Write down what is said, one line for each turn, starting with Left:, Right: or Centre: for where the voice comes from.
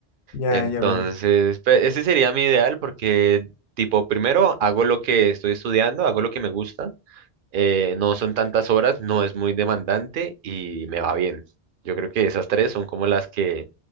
Left: Ya,
Right: Entonces,
Left: ya veo.
Right: pues, ese sería mi ideal porque, tipo, primero hago lo que estoy estudiando, hago lo que me gusta, eh, no son tantas horas, no es muy demandante y me va bien. Yo creo que esas tres son como las que